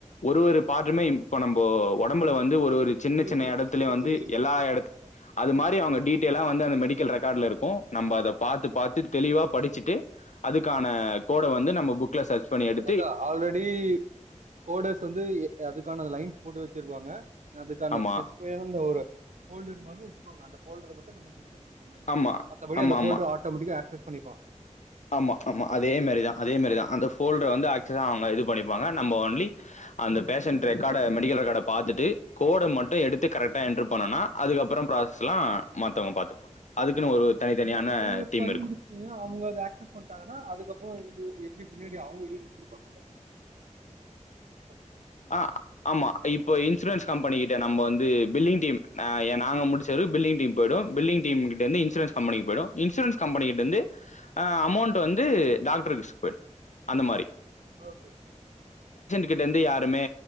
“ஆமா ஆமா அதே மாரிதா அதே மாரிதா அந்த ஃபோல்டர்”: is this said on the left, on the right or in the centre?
Left